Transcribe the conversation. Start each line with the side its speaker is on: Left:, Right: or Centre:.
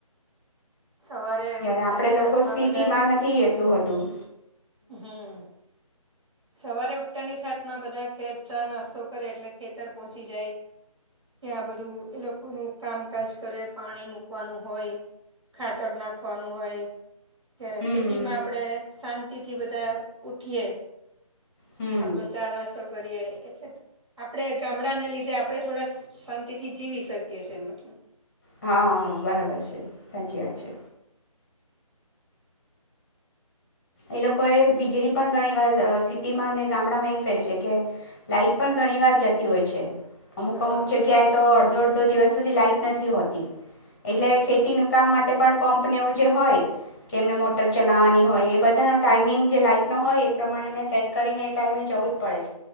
Right: સવારે
Left: જયારે
Right: ઉઠતાની
Left: આપડે લોકો
Right: સાથમાં
Left: સિટીમાં
Right: બધા
Left: નથી એટલું હતું.
Right: હમ- સવારે ઉઠાની સાત માં બધા ખેત ચા નાસ્તો કરે એટલે ખેતર પહોંચી જાય ત્યાં બધું એ લોકોનું કામકાજ કરે પાણી મૂકવાનું હોય ખાતર નાખવાનું હોય- જયારે
Left: હમ
Right: સિટીમાં આપડે શા- તિથિ બધા ઊઠીએ-
Left: હમ
Right: આપડો ચા નાસ્તો- કરી એટલે આપણે ગામડાને લીધે આપણે થોડા શાંતિ થી જીવી શકીએ છીએ
Left: હા હા બરાબર છે સાચી વાત છે. એ લોકો એ વીજળી પણ ઘણીવાર અ સિટીમાં અને ગામડામાં એ ફેરે છે કે લાાઈટ પણ ઘણી વાર જતી હોય છે. અમુક
Right: હા
Left: અમુક જગ્યાએ
Right: એ લોકો
Left: તો અડધો અડધો દિવસ- તો તે લાઈટ નથી હોતી? એટલે
Right: બરાબર
Left: ખેતી નું કામ માટે પણ પંપ નેવું જે હોય- કે એમને મોટર
Right: હમ જવું
Left: ચલાવવાની હોય એ બધ- બધાનો ટાાઈમિંગ જે લાઈટનો હોય એ પ્રમાણે મેં સેટ કરીને એ ટાાઈમે જવું જ પડે છે.